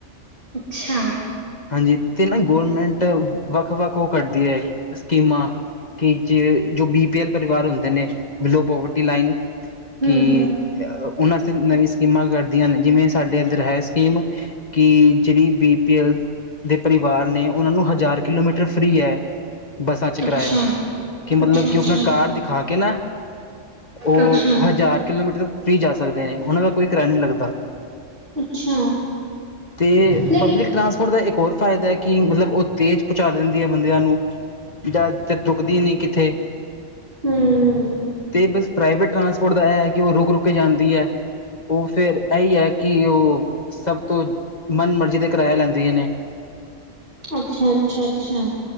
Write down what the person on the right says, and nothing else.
ਅੱਛਾ
ਹਮ
ਹਮ
ਅੱਛਾ
ਅੱਛਾ
ਅੱਛਾ
ਅੱਛਾ
ਅੱਛਾ
ਲੇਕ
ਹਮ
ਅੱਛਾ -ਅੱਛਾ- ਅੱਛਾ,